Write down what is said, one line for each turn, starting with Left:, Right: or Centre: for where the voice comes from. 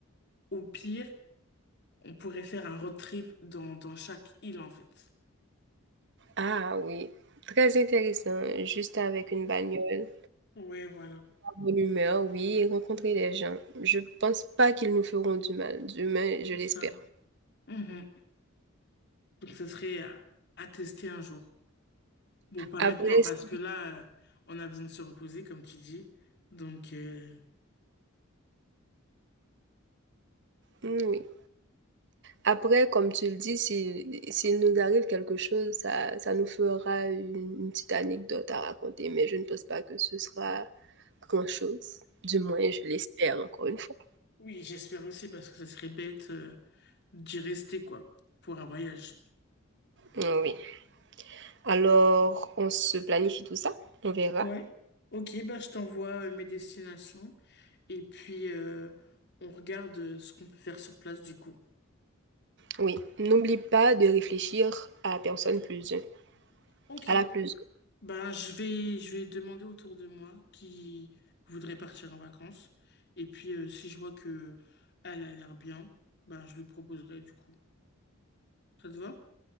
Left: au pire, on pourrait faire un road trip dans, dans chaque île en fait.
Right: Ah oui, très intéressant, juste avec une bagnole,
Left: Ouais, voilà,
Right: la bonne humeur, oui, et rencontrer les gens. Je pense pas qu'ils nous feront du mal, du moins je
Left: c'est
Right: l'espère.
Left: ça. Mhm. Donc ce serait à, à tester un jour. Bon, pas
Right: Après
Left: maintenant parce
Right: si
Left: que là, euh, on a besoin de se reposer comme tu dis. Donc euh,
Right: mmh, oui. Après, comme tu le dis, si s'il nous arrive quelque chose, ça ça nous fera une une petite anecdote à raconter, mais je ne pense pas que ce sera grand-chose. Du moins, je l'espère encore une fois.
Left: oui, j'espère aussi parce que ça serait bête. euh, d'y rester, quoi, pour un voyage.
Right: Mmh, oui. Alors, on se planifie tout ça, on verra.
Left: Ouais. Ok, bah, je t'envoie euh, mes destinations et puis euh, on regarde euh, ce qu'on peut faire sur place du coup.
Right: Oui, n'oublie pas de réfléchir à la personne plus 1,
Left: Ok,
Right: à la plus 1.
Left: bah, je vais, je vais demander autour de moi qui voudrait partir en vacances. Et puis euh, si je vois que elle a l'air bien, bah, je lui proposerai du coup. Ça te va?